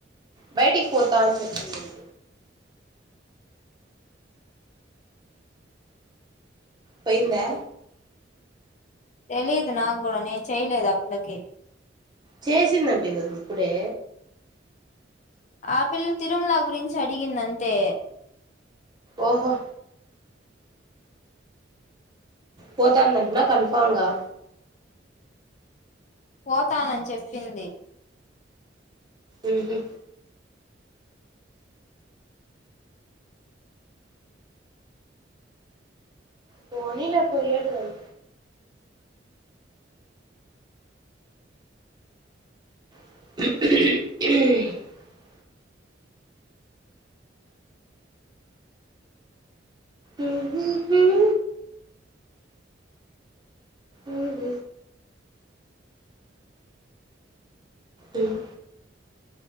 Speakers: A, on the right; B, on the left.
A: బయటికి పోతా అని చెప్పిందంది పొయిందా
B: తెలిదు నాక్ గూడా నేన్ చేయలేదు ఆ పిల్లకి
A: చేసిందంటివి గదిప్పుడే
B: ఆ పిల్ల తిరుమలా గురించి అడిగింది అంతే
A: ఓహో పోతాందంటన కన్ఫార్గా
B: పోతానని చెప్పింది
A: ఉహు పోనీలే పోయేటిదది ఉహ్ ఉహ్ ఉమ్ ఉహు ఉమ్ ఊహ్మ్ ఉమ్